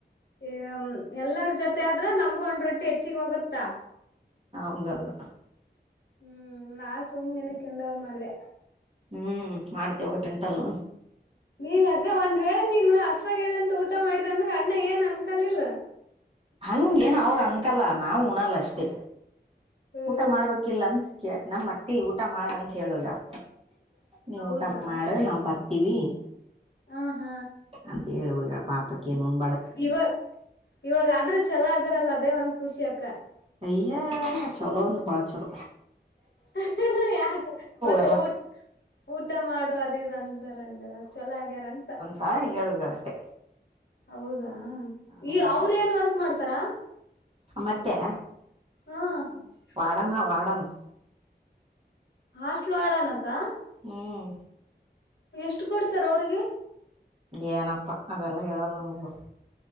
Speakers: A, on the left; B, on the right.
A: ಈಗ ಎಲ್ಲರ ಜೊತೆ ಆದ್ರೆ ನಮ್ಗ ಒಂದ ರೊಟ್ಟಿ ಹೆಚ್ಚಿಗೆ ಹೋಗುತ್ತಾ.
B: ಹ ಹೌದೌದು.
A: ಹ್ಮ್ ನಾನ್ ಸುಮ್ ನಿನಗೆ ಕಿಂಡಲ್ ಮಾಡಿದ್ಯ.
B: ಹ್ಮ್ ಮಾಡ್ತೇವ್ವ ಟಿಂಟಲ್ಲ.
A: ಈಗ ಅಕ್ಕಾ ಒಂದ್ ವೇಳೆ ನೀನ್ ಹಸುವು ಆಗ್ಯದ ಅಂತ ಊಟ ಮಾಡಿದ ಅಂದ್ರೆ ಅಣ್ಣ ಏನ್ ಅನ್ಕಲಿಲ್ಲ.
B: ಹಂಗೇನು ಅವರು ಅನ್ಕಲ್ಲ ನಾವು ಉಣಲ್ಲ ಅಷ್ಟೇ
A: ಹ್ಮ್
B: ಊಟ ಮಾಡ್ಬೇಕಿಲ್ಲ ಅಂತ. ನಮ್ಮ್ ಅತ್ತಿ ಊಟ ಮಾಡಂತ ಹೇಳಿ ಹೋಗ್ಯಾಳ ನೀವು
A: ಹೌದಾ
B: ಊಟ ಮಾಡ ನಾವ್ ಬರ್ತವಿ. ಟಿವಿ. <unintelligible>
A: ಹ್ಮ ಹಾ.
B: ಅಂತ ಹೇಳಿ ಹೋಗ್ಯಾಳ. ಪಾಪ ಅಕಿ. <unintelligible>
A: ಇವಾಗ ಇವಾಗಾದ್ರೂ ಛಲೋ ಆದ್ರಲ್ಲ ಅದೇ ಒಂದ್ ಖುಷಿ ಅಕ್ಕ.
B: ಅಯ್ಯ ನಾ ಚಲೋ ಅಂದ್ರೆ ಭಾಳ ಚೊಲೋ.
A: <unintelligible> ಯಾಕ ಮತ್ತೆ
B: ಎಲ್ಲ
A: ಊ ಊಟ ಮಾಡು ಅದ ಇದುಂತ. ಒಂದಲ್ಲ ಚಲೋ ಆಗ್ಯಾರ ಅಂತ.
B: ಹಾ ಹೇಳಿ ಹೋಗ್ಯಾಳ ಅಷ್ಟೆ.
A: ಹೌದಾ
B: ಹ್ಮ್
A: ಈ ಅವ್ರ ಏನ್ ವರ್ಕ್ ಮಾಡ್ತಾರಾ.
B: ನಮ್ಮ ಅತ್ತಿಯ್ಯಾ.
A: ಹ್ಮ.
B: ವಾರ್ಡನ್ ಆಳ ವಾರ್ಡನ್.
A: ಹಾಸ್ಟಲ್ ವಾರ್ಡನ್ ಅಕ್ಕಾ.
B: ಹವ್
A: ಎಷ್ಟು ಕೊಡ್ತಾರ ಅವ್ರಿಗೆ?
B: ಏನಪ್ಪಾ ಅದೆಲ್ಲ ಹೇಳಲ್ ನಮ್ ಊರು